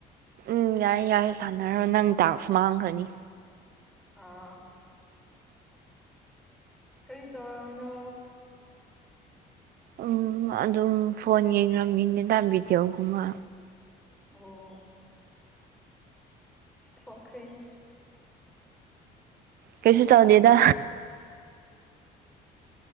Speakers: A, on the right; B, in the centre.
A: ꯎꯝ ꯌꯥꯏꯌꯦ ꯌꯥꯏ ꯁꯥꯟꯅꯔꯣ ꯅꯪ ꯗꯥꯟꯁ ꯃꯥꯡꯈ꯭ꯔꯅꯤ
B: ꯑꯥ ꯀꯔꯤ ꯇꯧꯔꯛꯃꯤꯅꯣ
A: ꯎꯝ ꯑꯗꯨꯝ ꯐꯣꯟ ꯌꯦꯡꯔꯃꯤꯅꯦꯗ ꯚꯗꯤꯑꯣꯒꯨꯝꯕ
B: ꯑꯣ ꯊꯣꯈ꯭ꯔꯤ
A: ꯀꯩꯁꯨ ꯇꯧꯗꯦꯗ